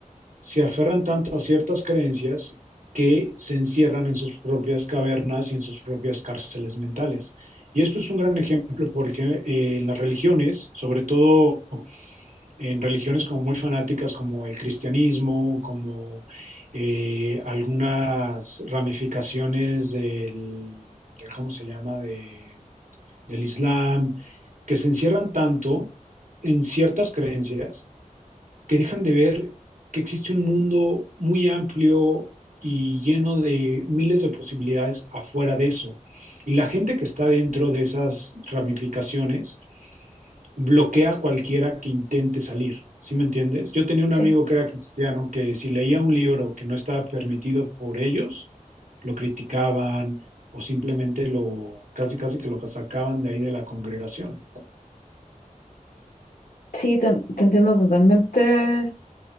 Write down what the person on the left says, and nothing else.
Sí.
Sí, te, te entiendo totalmente.